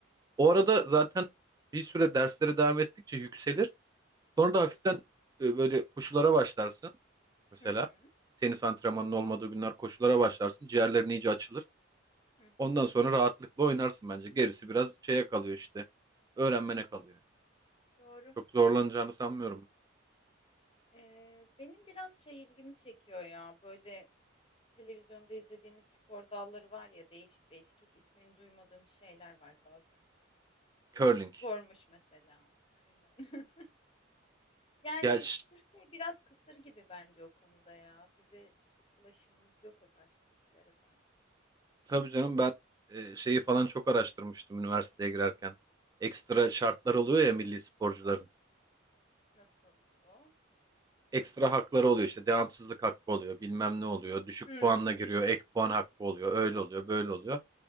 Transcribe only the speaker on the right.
O
arada zaten bir süre derslere devam ettikçe yükselir. Sonra da hafiften e, böyle koşulara başlarsın mesela.
Tenis antrenmanının olmadığı günler koşulara başlarsın. Ciğerlerin iyice açılır.
Ondan sonra rahatlıkla oynarsın bence. Gerisi biraz şeye kalıyor işte. Öğrenmene kalıyor.
Çok zorlanacağını sanmıyorum.
Curling.
Ya ş-
tabii canım ben e, şeyi falan çok araştırmıştım üniversiteye girerken. Ekstra şartlar oluyor ya milli sporcuların.
Ekstra hakları oluyor işte devamsızlık hakkı oluyor bilmem ne oluyor düşük
puanla giriyor ek puan hakkı oluyor öyle oluyor böyle oluyor.